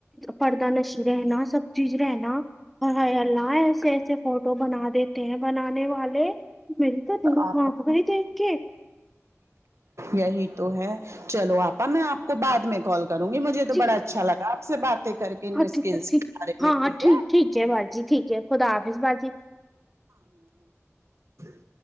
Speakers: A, in the centre; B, on the right.
A: پردہ نش رہنا سب چیز رہنا اے ہائیے اللہ کیسے فوٹو بنا دیتے ہیں بنانے والے میری تو روح
B: آپا
A: کانپ رہی دیکھ کہ
B: یہی تو ہے چلو آپا میں آپ کو بعد میں کال کرونگی مجھے تو
A: جی
B: بڑا اچھا لگا آپ سے باتیں کر کے لکین
A: ہاں ٹھیک
B: سکلز
A: ہے ٹھیک
B: کے بارے
A: ہاں
B: میں ٹھیک ہے
A: ٹھیک ہے باجی ٹھیک ہے خدا حافظ باجی
B: <unintelligible>